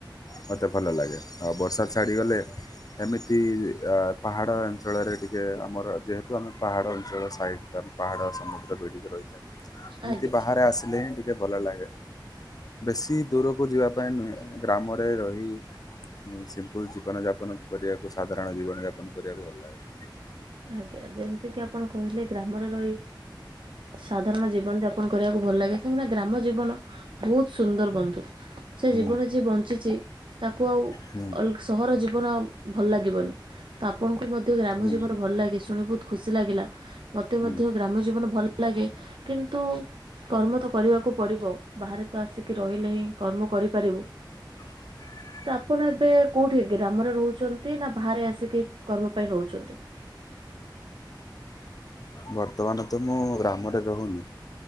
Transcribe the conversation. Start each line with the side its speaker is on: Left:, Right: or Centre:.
Left: ମୋତେ ଭଲ ଲାଗେ ଆଉ ବର୍ଷା ଛାଡ଼ିଗଲେ ଏମିତି ପାହାଡ଼ ଅଞ୍ଚଳରେ ଟିକେ ଆମର ଯେହେତୁ ଆମେ ପାହାଡ ଅଞ୍ଚଳ ସାଇଟଟା ପାହାଡ଼ ସମୁଦ୍ର ବେଢ଼ିକି ରହିଥାଏ। ଏମିତି
Right: ଆଜ୍ଞା
Left: ବାହାରେ ଆସିଲେ ହିଁ ଟିକେ ଭଲ ଲାଗେ। ବେଶୀ ଦୂରକୁ ଯିବା ପାଇଁ ନୁହେଁ ଗ୍ରାମରେ ରହି। ସିମ୍ପୁଲ ଜୀବନ ଯାପନ କରିବାକୁ ସାଧାରଣ ଜୀବନ ଯାପନ କରିବାକୁ ଭଲ ଲାଗେ।
Right: ଆଜ୍ଞା ଯେମିତି କିି ଆପଣ କହିଲେ ଗ୍ରାମର ରହି ସାଧାରଣ ଜୀବନଯାପନ କରିବାକୁ ଭଲ ଲାଗେ କାହିଁକି ନା ଗ୍ରାମ ଜୀବନ ବହୁତ ସୁନ୍ଦର ବନ୍ଧୁ ସେ
Left: ହୁଁ
Right: ଜୀବନ ଯିଏ ବଞ୍ଚିଛି ତାକୁ ଆଉ
Left: ହୁଁ
Right: ଅଲଗା ସହର ଜୀଵ ଜୀବନ ଭଲ ଲାଗିବନି ତ ଆପଣଙ୍କୁ ମଧ୍ୟ ଗ୍ରାମ
Left: ହୁଁ
Right: ଜୀବନ ଭଲ ଲାଗେ ଶୁଣି ବହୁତ ଖୁସି ଲାଗିଲା ମତେ
Left: ହୁଁ
Right: ମଧ୍ୟ ଗ୍ରାମ୍ୟ ଜୀବନ ଭଲ ଲାଗେ କିନ୍ତୁ କର୍ମ ତ କରିବାକୁ ପଡିବ ବାହାରେ ତ ଆସିକି ରହିଲେ ହିଁ କର୍ମ କରିପାରିବୁ।
Left: <inaudible>
Right: ତ ଆପଣ ଏବେ କୋଉଠି ଗ୍ରାମରେ ରହୁଛନ୍ତି ନା ବାହାରେ ଆସିକି କର୍ମ ପାଇଁ ରହୁଛନ୍ତି।
Left: ବର୍ତ୍ତମାନ ତ ମୁଁ ଗ୍ରାମରେ ରହୁନି